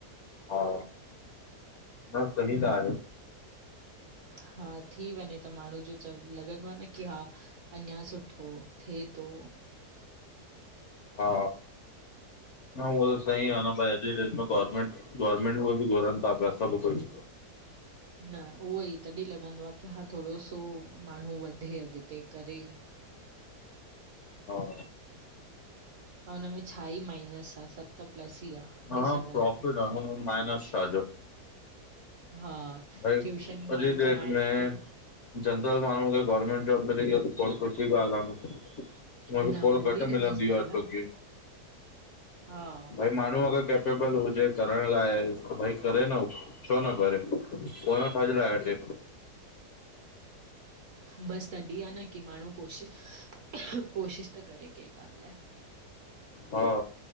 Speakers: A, on the left; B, on the right.
A: हा न सही त आ।
B: हा थी वञे त माण्हू जो च लॻंदो आ न की हा अञा सुठो थे तो
A: हा, न उह त सही आ न ब जी डेट गवर्नमेंट गवर्नमेंट उहे बि घुरनि था पिया सभु कोई
B: न उहो ई तॾें लॻंदो आ की हा थोरो सो माण्हू वधे अॻिते करे।
A: हा,
B: हा हुनमें छा ई माइनस आ सभु त प्लस ई आ।
A: हा
B: ॾिसंदव
A: प्रोफिट
B: त,
A: आहे हुन माइनस छा
B: हा।
A: भाई, अॼु
B: ट्यूशन ई माण्हू
A: जी डेट
B: कमाए
A: में
B: थो
A: जनरल माण्हू खे गवर्नमेंट जॉब मिले इअ त तोरी ख़ुशी जी ॻाल्ह आ न। हुन
B: न
A: खे थोरो
B: उहो
A: घटि
B: ई त
A: मिलंदी
B: बसि ॻाल्हि
A: आ छोकी,
B: आहे हा
A: भई। माण्हू अगरि केपेबल हुजे करण लाइ, त भई करे न, छो न करे। पोयां छाजे लाए हटजे।
B: बसि तॾीं आ न की माण्हू कोशिश, कोशिश त करे कंहिं ॻाल्हि लाइ।
A: हा।